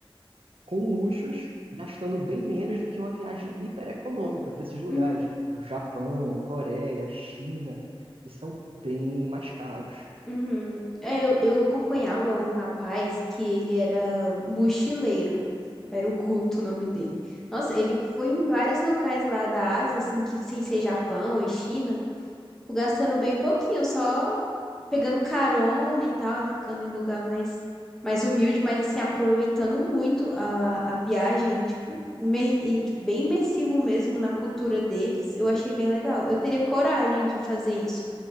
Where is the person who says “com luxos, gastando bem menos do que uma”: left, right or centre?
Right